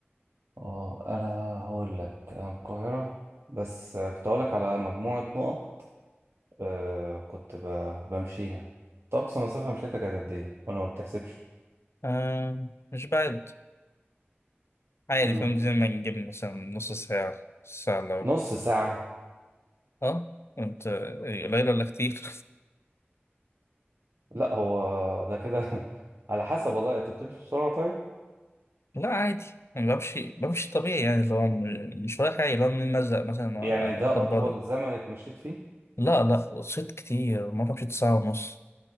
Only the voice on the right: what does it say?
اه أنا هقول لك أنا من القاهرة بس آه، كنت هقول لك على مجموعة نقط آه كنت ب- بمشيها طب أقصى مسافة مشيتها كانت قد إيه؟ وأنا ما بتحسبش
مم.
نص ساعة
لا هو ده كده <laughs> على حسب والله أنت بتمشي بسرعة طيب؟
يعني ده
أطول
زمن اتمشيت فيه؟